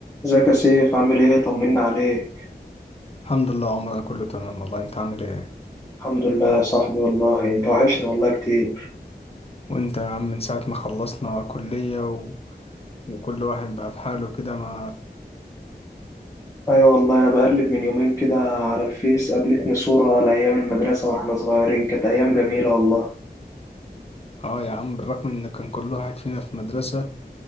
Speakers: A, on the left (about 20°); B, on the left (about 35°).
A: ازيك يا سيف عامل ايه طمنا عليك
B: الحمد لله عمرنا كله تمام والله انت عامل ايه
A: الحمد لله يا صاحبي والله انت وحشني والله كتير
B: وانت يا عم من ساعة ما خلصنا كلية و... وكل واحد بقى في حاله كده ما
A: ايوه والله انا بقلب من يومين كده على الفيس قابلتني صورة لايام المدرسة واحنا صغيرين كانت ايام جميلة والله
B: اه يا عم بالرغم ان كان كل واحد فينا في مدرسة